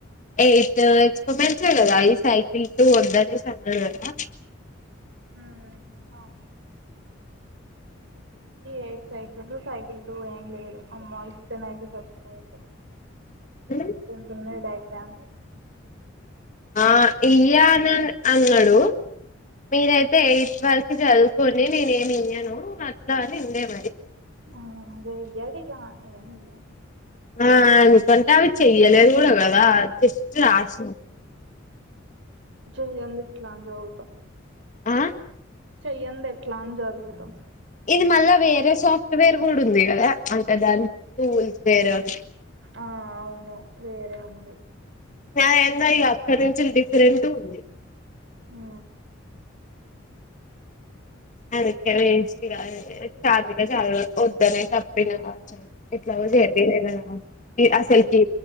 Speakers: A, on the left; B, on the right.
A: ఎయిట్ ఎక్స్పమెన్స్దా ఈ సైకిల్ టు వద్దనేసి అన్నాడు కదా
B: హు అవు ఈ ఎయిట్ సైకిల్ సైకిల్ తో ఏం లేదు అమ్మ ఇస్తేనైతే చచ్చిపోయేసలు
A: ఉమ్.
B: ఎంత ఎంత త ఉన్నాడు డ్యామ్స్
A: ఆ ఇయ్య అన అన్నాడు మీరైతే ఎయిట్ వరకు చదువుకొని నేను ఏమి ఇయ్యను డా అని ఉండే మరి
B: ఆ అదే ఇయ్యడిగా ఏమి ఇయ్యడు
A: ఆ అనుకంటా అయి చేయలేదు గూడ కదా అడ్జెస్ట్ రాశ
B: జు జూమ్ ఇట్లా జాదువుతాం
A: ఆ
B: చెయ్యంది ఎట్లా అని చదువుతాం
A: ఇది మళ్ళా వేరే సాఫ్ట్వేర్ కూడా ఉంది కదా అంటే దాని టూల్స్ వేరే ఉన్నాయి
B: ఆ అవును వేరే ఉంది
A: న్యాయంగా ఇ అక్కరించి డిఫరెంట్ ఉంది
B: ఆ
A: అదొక వేస్ట్ <unintelligible> చార్లీగా చాలా వద్దనే తప్పిన <unintelligible> ఇట్లా పోతే <unintelligible> అసలకి